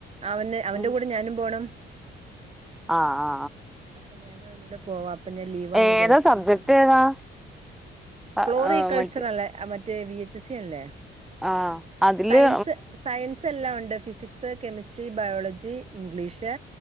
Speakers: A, on the right (about 30°); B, in the centre.
A: അവന് അവന്റെ
B: ഉം
A: കൂടെ ഞാനും പോണം
B: ആഹ് അ
A: അപ്പം ഞാനും അവനൂടെ പോവാ അപ്പ ഞാൻ ലീവാന്ന്
B: ഏതാ
A: വിചാരിച്ചിട്ടിരിക്ക.
B: സബ്ജക്ട് ഏതാ ആഹ്
A: ഫ്ലോറി കൾച്ചറല്ലെ
B: മറ്റേ
A: അ മ റ്റെ വി എച്ച് എസ് സി അല്ലേ
B: ആഹ് അതില്
A: സയൻസ് സയൻ സെല്ലാം ഉണ്ട് ഫിസിക്സ്, കെമിസ്ട്രി, ബയോളജി, ഇംഗ്ലീഷ്